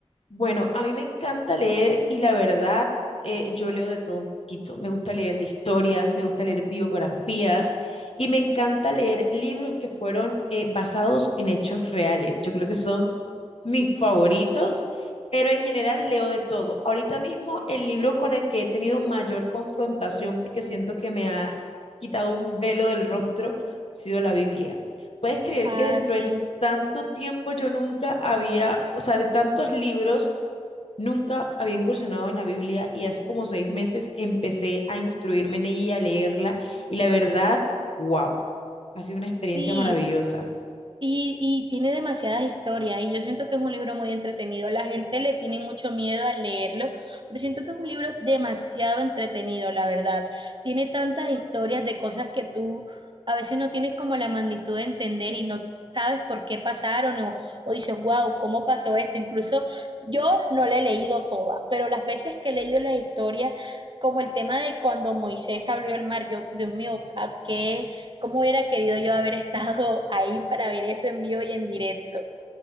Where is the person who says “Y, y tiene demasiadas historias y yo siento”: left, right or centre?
Right